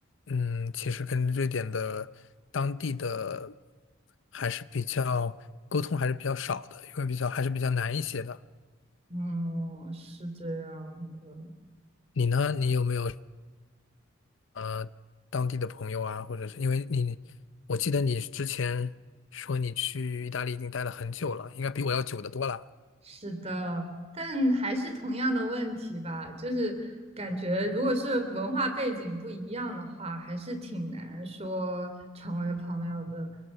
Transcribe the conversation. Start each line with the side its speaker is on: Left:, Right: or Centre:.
Left: 嗯，其实跟瑞典的当地的还是比较沟通还是比较少的，因为比较还是比较难一些的。
Right: 哦，是这样的，
Left: 你呢？你有没有什么当地的朋友啊？或者是因为你，我记得你之前说你去意大利已经待了很久了，应该比我要久得多了。
Right: 是的，但还是同样的问题吧，就是感觉如果是文化背景不一样的话，还是挺难说成为朋友的。